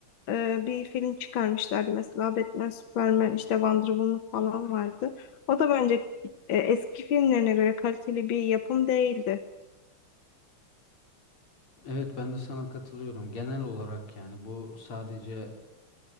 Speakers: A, on the left; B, on the left.
A: e, bir film çıkarmışlardı. Mesela Batman, Superman, işte Wonder Woman falan vardı. O da bence e, eski filmlerine göre kaliteli bir yapım değildi.
B: Evet ben de sana katılıyorum. Genel olarak yani bu sadece